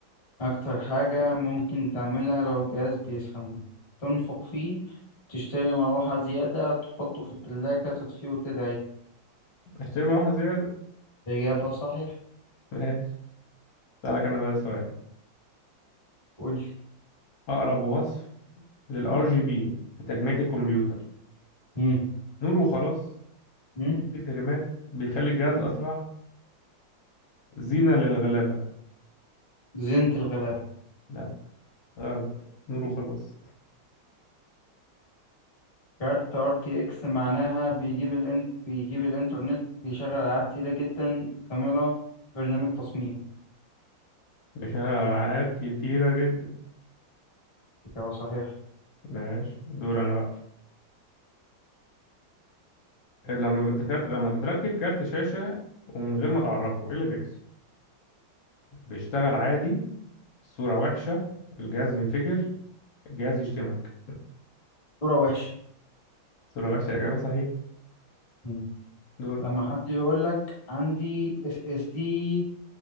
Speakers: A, on the left; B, on the left.
A: أكتر حاجة ممكن تعملها لو الجهاز بيسخن تنفخ فيه تشتري مروحة زيادة تحطه في التلاجة تطفيه وتدعي
B: اشتري مروحة زيادة
A: إجابة صحيح
B: ماشي أسألك أنا بقى سؤال
A: قول
B: أقرب وصف للآر جي بي في تجميع الكمبيوتر
A: مم.
B: نور وخلاص
A: مم.
B: بيدي فريمات بيخلي الجهاز
A: مم.
B: أسرع زينة للغلابة
A: زينة الغلابة
B: لا غلط نور وخلاص
A: كارت ار تي اكس معناها بيجيب الان... بيجيب الانترنت بيشغل العاب تقيلة جدا كاميرا برنامج تصميم
B: ده فيها ألعاب كتيرة جدا
A: إجابة صحيح
B: ماشي دور أنا بقى لما بتكر... لما بتركب كارت شاشة ومن غير ما تعرفه إيه اللي بيحصل؟ بيشتغل عادي الصورة وحشة الجهاز ينفجر الجهاز يشتمك
A: صورة وحشة
B: صورة وحشة إجابة صحيحة
A: مم.
B: دور
A: لما حد يقول لك عندي اس اس دي